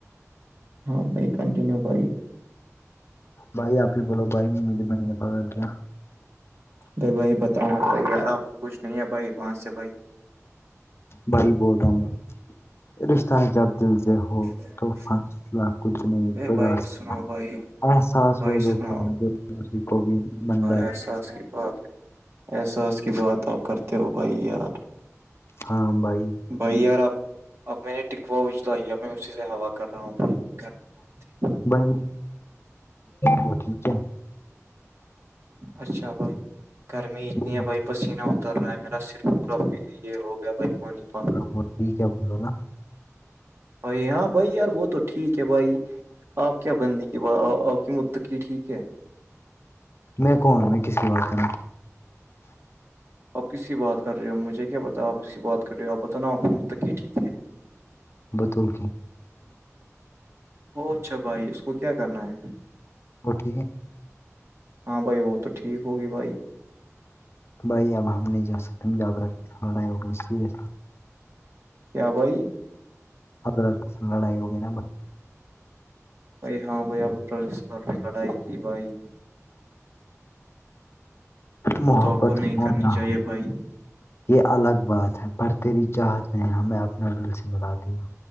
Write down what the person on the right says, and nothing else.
ہاں بھائی کنٹینیو بھائی
بھائی بھائی بتانا چاہیےیار آپ کو کچھ نہیں ہے بھائی وہاں سے بھائی
ا
بھائی
سنو بھائی
بھائی
سنو
اساس کی بات احساس کی بات آپ کرتے ہو بھائی یار
بھائی یار اب اب میں نے ٹکوا بچلائی ہے میں اسی سے ہوا کر رہا ہوں بھائی بہت ہے
اچھا بھائی گرمی اتنی
ہے بھائی پسینہ اتر رہا ہے میرا سرف پورا پ یہ ہو گیا بھائی پانی پانی
بھائی ہاں بھائی یار وہ تو ٹھیک ہے بھائی آپ کیا بندی کی آپ کی متق کی ٹھیک ہے
آپ کسسی بات کر رہے ہو مجھے کیا پتا آپ کسسی بات کر رہے ہو آپ بت نا آپ کو مرتقی ٹھیک ہے
او اچھا بھائی اس کو کیا کرنا ہے
ہاں بھائی وہ تو ٹھیک ہوگی بھائی
کیا بھائی
بھائی ہاں بھائی اب پرسد لڑائی کی بھائی
وہ تو آپ کو نہیں
کرنی
چاہیے
بھائی